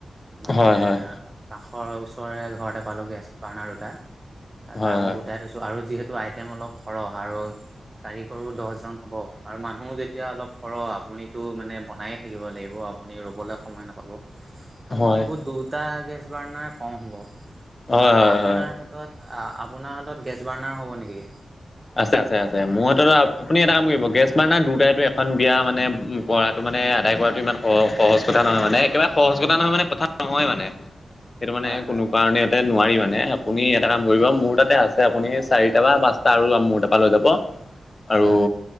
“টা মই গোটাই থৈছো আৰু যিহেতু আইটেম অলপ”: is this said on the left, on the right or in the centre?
Right